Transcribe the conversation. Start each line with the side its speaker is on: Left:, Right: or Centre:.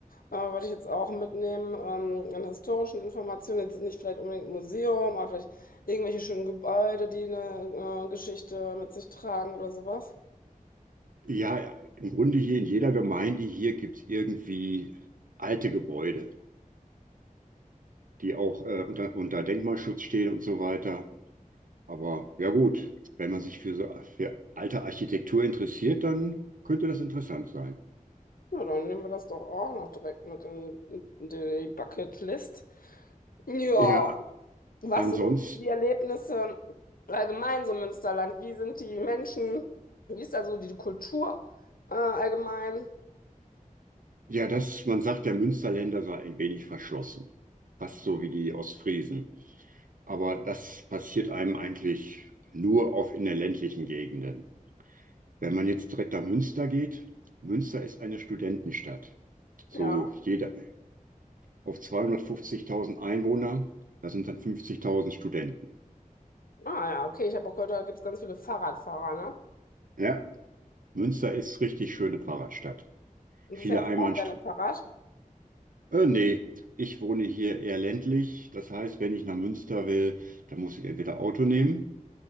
Left: äh, wollte ich jetzt auch mitnehmen, ähm, an historischen Informationen. Jetzt nicht vielleicht unbedingt ein Museum, aber vielleicht irgendwelche schönen Gebäude, die eine äh, Geschichte mit sich tragen oder sowas.
Right: Ja, ja, im Grunde hier in jeder Gemeinde hier gibt es irgendwie alte Gebäude, die auch äh, unter, unter Denkmalschutz stehen und so weiter. Aber ja gut, wenn man sich für, so, für alte Architektur interessiert, dann könnte das interessant sein.
Left: Ja, dann nehmen wir das doch auch noch direkt mit in, in die Bucketlist. Ja,
Right: Ja,
Left: was
Right: Ansonsten,
Left: sind die Erlebnisse allgemein so im Münsterland? Wie sind die Menschen? Wie ist da so die Kultur äh, allgemein?
Right: ja, das, man sagt, der Münsterländer sei ein wenig verschlossen. Fast so wie die Ostfriesen. Aber das passiert einem eigentlich nur auf in den ländlichen Gegenden. Wenn man jetzt direkt nach Münster geht, Münster ist eine Studentenstadt. So
Left: Ja.
Right: jeder auf 250.000 Einwohner, da sind dann 50.000 Studenten.
Left: Ah ja, okay, ich habe auch gehört, da gibt es ganz viele Fahrradfahrer, ne?
Right: Ja, Münster ist richtig schöne Fahrradstadt.
Left: Und
Right: Viele
Left: du fährst
Right: Einbahnst
Left: auch gerne Fahrrad?
Right: Äh, nee, ich wohne hier eher ländlich. Das heißt, wenn ich nach Münster will, dann muss ich entweder Auto nehmen